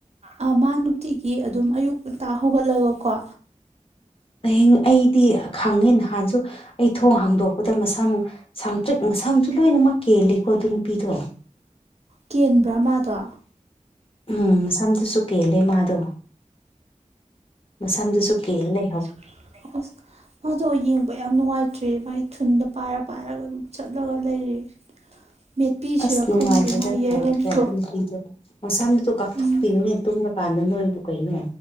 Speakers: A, on the right (about 55°); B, on the left (about 45°).
A: ꯑꯥ ꯃꯥ ꯅꯨꯡꯇꯤꯒꯤ ꯑꯗꯨꯝ ꯑꯌꯨꯛ ꯉꯟꯇ ꯍꯧꯒꯠꯂꯒꯀꯣ
B: ꯍꯌꯦꯡ ꯑꯩꯗꯤ ꯈꯪꯉꯦ ꯅꯍꯥꯟꯁꯨ ꯑꯩ ꯊꯣꯡ ꯍꯥꯡꯗꯣꯛꯄꯗ ꯃꯁꯥꯃꯛ ꯁꯥꯡꯇ꯭ꯔꯤꯛ ꯁꯝꯁꯨ ꯂꯣꯏꯅꯃꯛ ꯀꯦꯂꯀꯣ ꯑꯗꯨ ꯅꯨꯄꯤꯗꯣ
A: ꯀꯦꯟꯕ꯭ꯔꯥ ꯃꯥꯗꯣ
B: ꯎꯝ ꯃꯁꯝ ꯑꯗꯨꯁꯨ ꯀꯦꯜꯂꯦ ꯃꯥꯗꯣ ꯃꯁꯝꯗꯨꯁꯨ ꯀꯦꯜꯂꯦ
A: <unintelligible> ꯑꯗꯣ ꯌꯦꯡꯕ ꯌꯥꯝ ꯅꯨꯡꯉꯥꯏꯇ꯭ꯔꯦ ꯃꯒꯤ ꯊꯨꯟꯗꯣ ꯄꯥꯏꯔ ꯄꯥꯏꯔꯒ ꯑꯗꯨꯝ ꯆꯠꯂꯒ ꯂꯩꯔꯦ
B: <inaudible>
A: ꯃꯦꯠꯄꯤꯁꯤꯔ
B: ꯑꯁ ꯅꯨꯡꯉꯥꯏꯇꯦꯗ
A: ꯈꯪꯗꯦ ꯃꯥꯏ
B: ꯅꯨꯡꯉꯥꯏꯇꯦ
A: ꯌꯥꯏꯔꯣꯝꯗꯣ
B: ꯑꯗꯨꯏꯅꯨꯄꯤꯗꯣ ꯃꯁꯝꯗꯨꯗꯣ ꯀꯥꯊꯣꯛꯄꯤꯌꯨꯅꯦ
A: ꯎꯝ
B: ꯇꯨꯝꯂ ꯀꯥꯟꯗ ꯅꯣꯏꯕꯨ ꯀꯩꯅꯣ